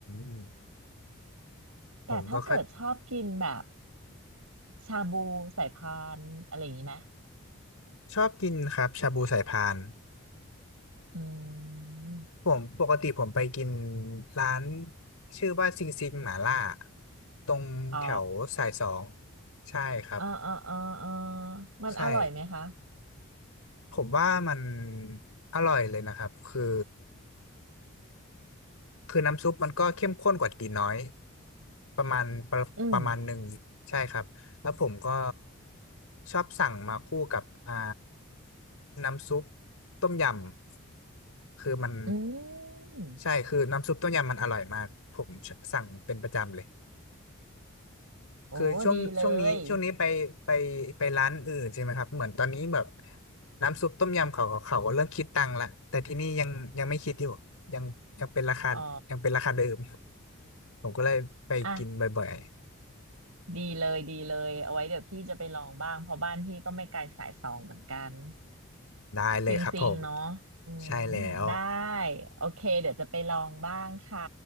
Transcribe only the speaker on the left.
ม
ผมก็ค่อย
ชอบกินครับชาบูสายพาน
ผมปกติผมไปกินร้านชื่อว่าซิงซิงหม่าล่าตรงแถวสายสอง
ใช่ครับ
ใช่ผมว่ามันอร่อยเลยนะครับคือ คือน้ำซุปมันก็เข้มข้นกว่าตีน้อยประมาณประประมาณหนึ่งใช่ครับแล้วผมก็
ชอบสั่งมาคู่กับอ่าน้ำซุปต้มยำคือมัน
ใช่คือน้ำซุปต้มยำมันอร่อยมากผมสั่งเป็นประจำเลย
คือช่วงช่วงนี้ช่วงนี้ไปไปไปร้านอื่นใช่ไหมครับเหมือนตอนนี้แบบน้ำซุปต้มยำเขาเขาเขาก็เริ่มคิดตังค์ละแต่ที่นี่ยังยังไม่คิดอยู่ยังยังเป็นราคายังเป็นราคาเดิม
ผมก็เลยไปกินบ่อย
ๆได้เลยครับผม
ใช่แล้ว